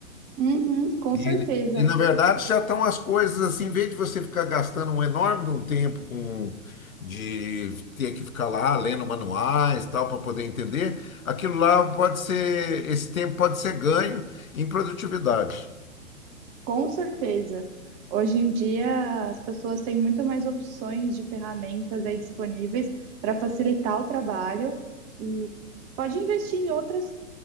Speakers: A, on the right (about 20°); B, on the left (about 75°).
A: Uhum, com
B: E,
A: certeza.
B: e, na verdade já estão as coisas assim, em vez de você ficar gastando um enorme de um tempo com de ter que ficar lá lendo manuais tal para poder entender, aquilo lá pode ser, esse tempo pode ser ganho em produtividade.
A: Com certeza. Hoje em dia, as pessoas têm muito mais opções de ferramentas aí disponíveis para facilitar o trabalho e pode investir em outras,